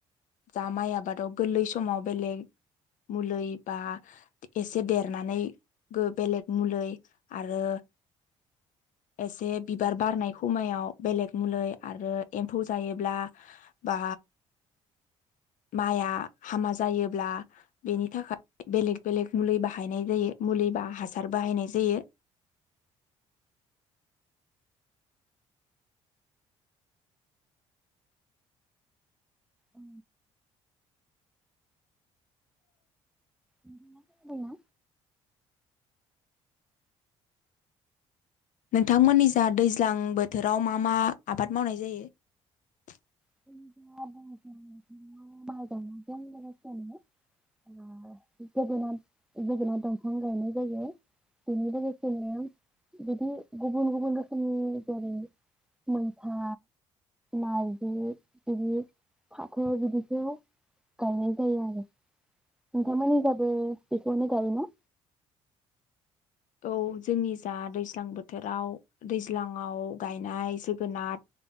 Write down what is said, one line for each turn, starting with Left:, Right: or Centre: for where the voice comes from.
Left: जा माइ आबादाव गोरलै समाव बेलेग मुलै बा एसे देरनानैबो बेलेग मुलै आरो एसे बिबार बारनाय खमायाव बेलेग मुलै आरो एम्फौ जायोब्ला बा माइआ हामा जायोब्ला बेनि थाखाय बेलेग बेलेग मुलि बाहायनाय जायो मुलि बा हासार बाहायनाय जायो।
Centre: उ नोंथाङा खोनादों ना?
Left: नोंथांमोननि जा दैज्लां बोथोराव मा मा आबाद मावनाय जायो?
Centre: <inaudible> माइ गायनायजों लोगोसेनो ओ जोगोनार जोगोनार दंफां गायनाय जायो बेनि लोगोसेनो बिदि गुबुन गुबुन रोखोमनि जेरै मैथा, माइ बे बिदि फाथो बिदिखौ गायनाय जायो आरो। नोंथांमोननि जाबो बेखौनो गायो ना?
Left: औ जोंनि जा दैज्लां बोथोराव दैज्लाङाव गायनाय जोगोनाथ